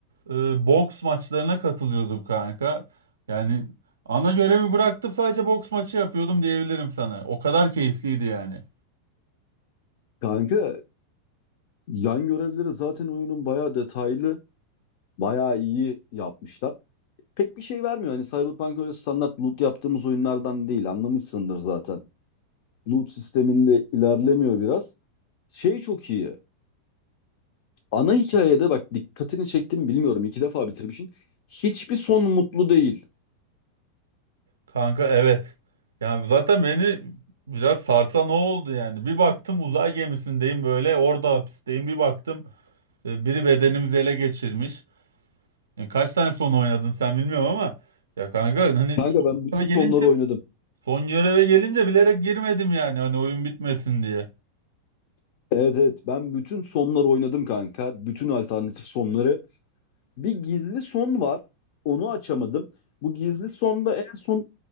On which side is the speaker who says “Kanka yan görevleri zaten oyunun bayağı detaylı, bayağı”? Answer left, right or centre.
Left